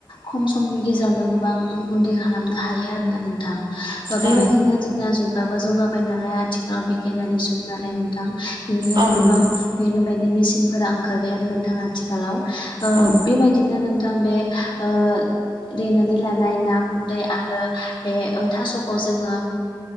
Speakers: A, on the left; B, on the right.
A: खम समनि गेजेरावनो गोबां गुन्दै खालामनो हायो आरोना नोंथां ओ
B: औ
A: बेबायदिनो जोंना जुगाबो जौगाबाय नालाय आथिखालाव बिगियानारि जुग नालाय नोंथां बेनिखायनो
B: औ
A: गोबां
B: नंगौ
A: बेफोरबायदि मेसिनफोरा ओंखारबाय आरो नोंथाङा आथिखालाव ओ
B: औ
A: बेबायदि बिदिनो नोंथां बे ओ देनानै लानाय ना गुन्दै आरो बे ओ थास'खौ जोङो